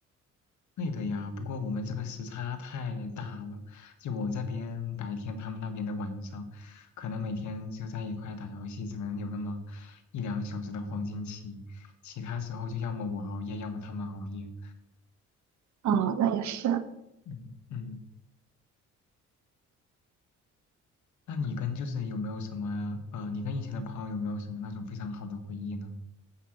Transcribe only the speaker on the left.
对的呀，不过我们这个时差太大了，就我这边白天，他们那边的晚上，可能每天就在一块打游戏，只能有那么一两小时的黄金期，其他时候就要么我熬夜，要么他们熬夜。
嗯嗯，那你跟就是有没有什么呃，你跟以前的朋友有没有什么那种非常好的回忆呢？